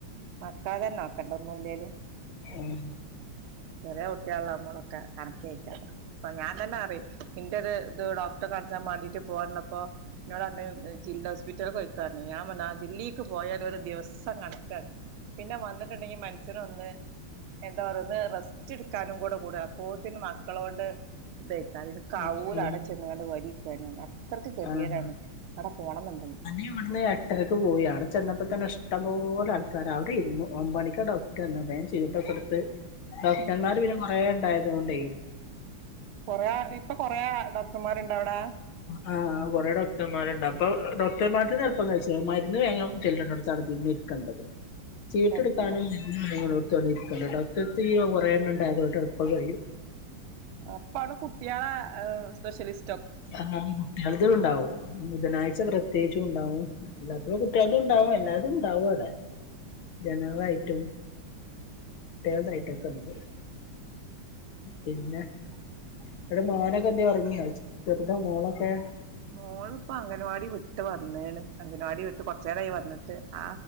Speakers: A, on the right; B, on the left.
A: മക്കളതന്നെ നോക്കണ്ടേ ഒന്നുല്ലേലും
B: ഉം
A: ചെറ്യേ കുട്ടിയെളൊള്ളമ്മളൊക്കെ കണക്കയിക്കാരം ഇപ്പൊ ഞാൻ തന്നെ അറിയും ഇന്റെത് ഇത് ഡോക്ടറെ കാണിച്ചാ മാണ്ടിട്ട് പോവാൻ നിന്നപ്പോ ഇന്നോടറഞ്ഞ് ജില്ലാ ഹോസ്പിറ്റൽക്ക് പൊയ്ക്കോ അർഞ് ഞാൻ പറഞ്ഞ് ആ ജില്ലീക്ക് പോയാല് ഒരു ദിവസം കണക്കാണ് പിന്ന വന്ന്ട്ട്ണ്ടെങ്കി മനസ്സ്നൊന്ന് എന്താ പറയ ഒന്ന് റെസ് റ്റെസ്റ്റ് ടുക്കാനും കൂടെ കൂടെ പോത്തിന് മക്കളോട്. ഇതക്ക അതിന് കാവൂല
B: ആഹ്
A: അടച്ചെന്ന് ങ്ങാണ്ട് വരീക്കണ് അ അത്രക്ക് ഗതികേടാണ്
B: ആഹ്
A: അവിടെ പോണംന്നുണ്ടെങ്കി.
B: ഇവിടുന്ന് എട്ടരയ്ക്ക് പോയി അവിടെ ചെന്നപ്പോ തന്നെ ഇഷ്ടം പോലെ ആൾക്കാര് അവിടെ ഇരുന്നു ഒമ്പണിക്കാ ഡോക് ക്കെന്നതേ വേഗം ചീട്ടെക്കെടുത്ത് ഡോക്ടർമാര്
A: ഉം
B: പിന്നെ കൊറേ എണ്ടായതുകൊണ്ടേ?
A: കൊറേ ഇപ്പൊ കൊറേ ഡോക്ടർമാരുണ്ട അവിടെ?
B: ആഹ് കൊറേ ഡോക്ടർമാരുണ്ട്. അപ്പൊ ഡോക്ടർമാർക്ക് എളുപ്പം കഴിച്ചാ മര്ന്ന് കഴിഞ്ഞാ ചെല്ലണ്ടോടുത്താണ് പിന്നെ ഇരിക്കണ്ടത്. <inaudible> ചീട്ടെടുക്കാനും
A: തിരക്കുണ്ടോ
B: <inaudible> ഡോക്ടർടത്ത് കുറേണ്ണണ്ടാകും അതോണ്ടെളുപ്പം കഴിയും
A: അപ്പ അവിടെ കുട്ടികളാ ഏഹ് സ്പെഷ്യലിസ്
B: അ ആഹ് കുട്ടികൾക്കും ഉണ്ടാവോ ബുധനാഴ്ച പ്രത്യേകിച്ചും ഉണ്ടാവുംം ഇല്ലാത്ത കുട്ടികൾക്കും ഉണ്ടാവും എല്ലാതും ഉണ്ടാവും അവിടെ ജനറലായിട്ടും കുട്ടികള്ടെ ഐറ്റോംഅക്കൊണ്ട് പിന്നെ വിടെ മോനൊക്കെ എന്ത്യേ ഒറങ്ങിയോ ചെറുതൊ മോളോക്കെ
A: മോള് ഇപ്പ അംഗൻവാടി വിട്ട് വന്നേണ് അംഗൻവാടി വിട്ട് കൊറച്ചേരായി വന്നിട്ട്. ആ